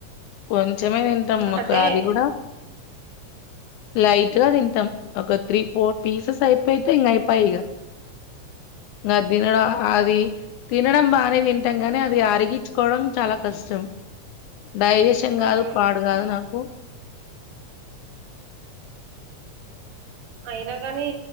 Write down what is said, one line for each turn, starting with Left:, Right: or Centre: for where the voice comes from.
Left: కొ కొంచమే తింటాం
Right: అదే
Left: అది కూడా లైట్ గా తింటాం ఒక త్రీ ఫోర్ పీసస్ అయిపోయితే ఇంగా అయిపాయ్ ఇగా ఇగ దినడం అది తినడం బానే తింటాం కానీ అది అరిగిచ్చు కోవడం చాలా కష్టం డైజేషన్
Right: అవును
Left: కాదు పాడు కాదు నాకు
Right: అయినా కానీ